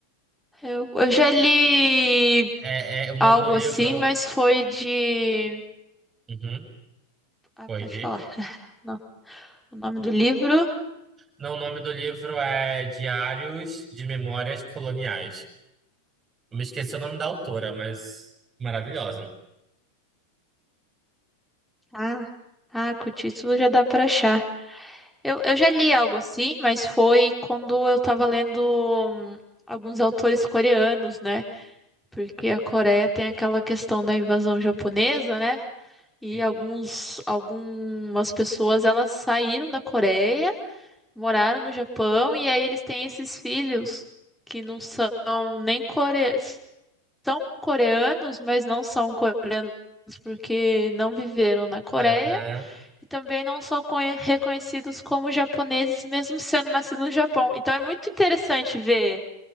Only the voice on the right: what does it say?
É, é o nome
do livro.
Uhum,
pode
ir.
Não, o nome do livro é Diários de Memórias Coloniais. Eu me esqueci o nome da autora, mas maravilhosa.
Sim.
Aham.